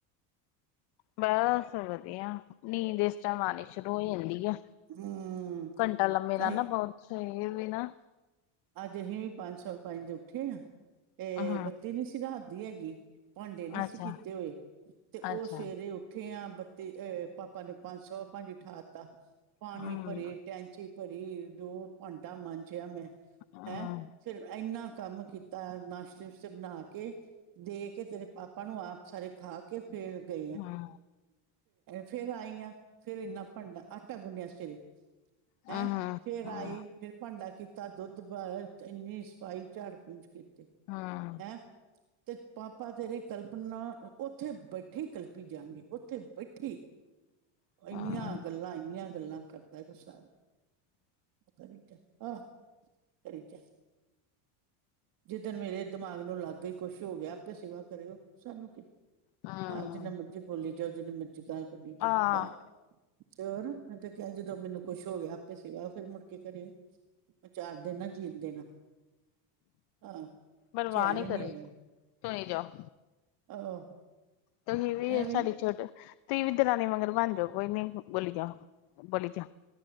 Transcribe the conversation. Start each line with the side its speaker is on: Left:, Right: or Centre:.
Left: ਬਸ ਵਧੀਆ ਨੀਂਦ ਇਸ ਟਾਈਮ ਆਉਣੀ ਸ਼ੁਰੂ ਹੋ ਜਾਂਦੀ ਆ।
Right: ਹੂੰ
Left: ਘੰਟਾ ਲੰਮੇ ਨਾ
Right: ਅਹੀ
Left: ਨਾ ਪਓ, ਸਰੀਰ ਵੀ ਨਾ
Right: ਅੱਜ ਅਸੀਂ ਵੀ ਪੰਜ, ਸਵਾ ਪੰਜ ਉੱਠੇ ਆ, ਇਹ
Left: ਹੂੰ
Right: ਬੱਤੀ ਨੀ ਸੀ ਰਾਤ ਦੀ ਹੈਗੀ ਭਾਂਡੇ ਨਹੀਂ ਸੀ
Left: ਅੱਛਾ
Right: ਕੀਤੇ ਹੋਏ, ਤੇ ਉਹ
Left: ਅੱਛਾ
Right: ਸਵੇਰੇ ਉੱਠ ਉਠੇ ਆ ਬੱਤੀ ਅਹ ਪਾਪਾ ਨੇ ਪੰਜ ਸੌ ਪੰਜ ਉਠਾ ਤਾ ਪਾਣੀ
Left: ਹੂੰ
Right: ਭਰੇ
Left: ਹੂੰ
Right: ਟੈਂਚੀ ਭਰੀ, ਜੋ ਭਾਂਡਾ ਮਾਂਜਿਆ ਮੈਂ,
Left: ਹੂੰ
Right: ਹੈਂ ਫਿਰ ਇੰਨਾ ਕੰਮ ਕੀਤਾ ਐ, ਨਾਸ਼ਤੇ ਨੁਸ਼ਤੇ ਬਣਾ ਕੇ ਦੇ ਕੇ ਤੇਰੇ ਪਾਪਾ ਨੂੰ, ਆਪ ਸਾਰੇ ਖਾ ਕੇ, ਫੇਰ ਗਈ ਆ,
Left: ਹੂੰ
Right: ਫਿਰ ਆਈਆਂ ਫਿਰ ਇੰਨਾ ਭੰਡ ਆਟਾ ਗੁੰਨਿਆ ਸਵੇਰੇ ਹੈਂ,
Left: ਹੂੰ ਹੂੰ
Right: ਫੇਰ ਆਈ ਫੇਰ ਭਾਂਡਾ ਕੀਤਾ ਤਾਂ, ਦੁੱਧ ਉਬਾਲੇਯਾ ਇੰਨੀ ਸਫਾਈ ਝਾੜ ਪੂੰਜ ਕੀਤੀ
Left: ਹੂੰ
Right: ਹੈਂ ਤੇ ਪਾਪਾ ਤੇਰੇ ਕਲਪਨਾ, ਉੱਥੇ ਬੈਠੇ ਹੀ ਕਲਪੀ ਜਾਣਗੇੇ ਉਥੇ ਬੈਠੀ
Left: ਹੂੰ
Right: ਇੰਨੀਆਂ ਗੱਲਾਂ ਇੰਨੀਆਂ ਗੱਲਾਂ ਕਰਦਾ ਐ, ਕੁਛ ਹਿਸਾਬ ਕਰੀ ਜਾ, ਆਹ ਕਰੀ ਜਾ ਜਿੱਦਣ ਮੇਰੇ ਦਿਮਾਗ ਨੂੰ ਲਗ ਗਈ, ਕੁਛ ਹੋ ਗਿਆ ਆਪੇ ਸੇਵਾ ਕਰੇਗਾ ਸਾਨੂੰ ਕੀ।
Left: ਹੂੰ
Right: ਆਹ ਜਿੰਨਾ ਮਰਜ਼ੀ ਬੋਲੀ ਜਾਓ, ਜਿੰਨਾ ਮਰਜ਼ੀ ਗ ਕੱਢੀ ਜਾਓ
Left: ਹਾਂ
Right: ਆਹ ਤੇ ਹੋਰ, ਮੈਂ ਤੇ ਕਿਹਾ ਜਦੋਂ ਮੈਨੂੰ ਕੁਛ ਹੋ ਗਿਆ ਆਪੇ ਸੇਵਾ ਫਿਰ ਮੁੜਕੇ ਕਰੇ ਓ। ਔ ਚਾਰ ਦਿਨ ਨਾ ਜੀਣ ਦੇਣਾ ਆਹ
Left: ਪਰਵਾਹ
Right: ਚੈਨ
Left: ਨੀ
Right: ਹੀ
Left: ਕਰੀ
Right: ਨਹੀ ਹੈਗਾ
Left: ਤੁਰੀ ਜਾਓ
Right: ਆਹ।
Left: ਤੁਸੀਂ ਵੀ
Right: ਐਵੇਂ
Left: ਸਾਡੀ ਛੱਡ, ਤੁਸੀਂ ਵੀ ਦਰਾਣੀ ਮਗਰ ਬਣ ਜਾਓ ਕੋਈ ਨੀ ਬੋਲੀ ਜਾ। ਬੋਲੀ ਜਾ,